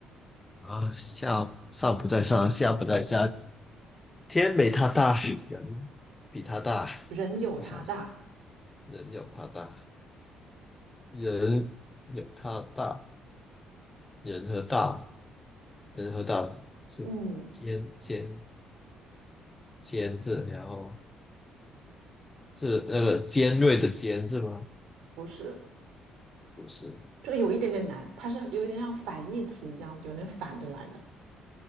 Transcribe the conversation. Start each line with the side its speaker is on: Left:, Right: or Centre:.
Left: 啊，下上不在上，下不在下，天没他大，人比他大。
Right: 人有他大。
Left: 我想想，人有他大，人有他大，人和大，人和大是尖尖
Right: 嗯，
Left: 尖字，然后是那个尖锐的尖是吗？
Right: 不是，
Left: 不是，
Right: 这个有一点点难，它是有一点像反义词这样子，有点反着来的。